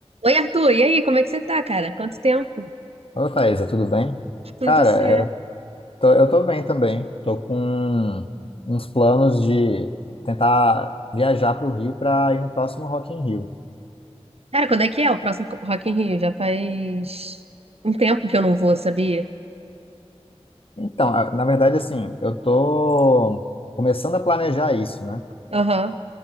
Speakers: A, on the right; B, on the left.
A: Oi, Arthur, e aí, como é que você tá, cara? Quanto tempo?
B: Ô, Thaisa, tudo bem?
A: Tudo
B: Cara,
A: certo.
B: é, tô- eu tô bem também. Tô com uns planos de tentar viajar para o Rio para ir no próximo Rock in Rio.
A: Cara, quando é que é o próximo Rock in Rio? Já faz um tempo que eu não vou, sabia?
B: Então, a- na verdade, assim, eu tô começando a planejar isso, né?
A: Aham.